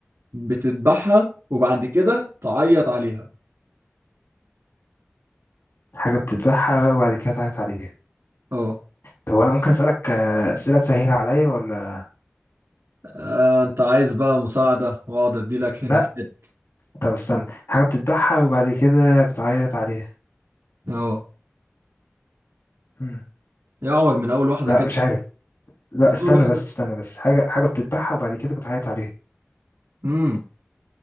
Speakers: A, on the right; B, on the left.
A: بتذبحها وبعد كده تعيط عليها
B: حاجه بتذبحها وبعد كده تعيط عليها
A: اه
B: طب وانا ممكن اسالك آه، اسئله تسهل عليا ولا
A: آه، انت عايز بقى مساعدة واقعد اديلك هنتات
B: لا طب استنى حاجه بتذبحها وبعد كده بتعيط عليها
A: اه
B: مم.
A: يا عمر من اول واحدة
B: لا
A: كده
B: مش عارف لا
A: من
B: استنى
A: اول واحدة
B: بس استنى بس حاجه حاجه بتذبحها وبعد كده بتعيط عليها
A: امم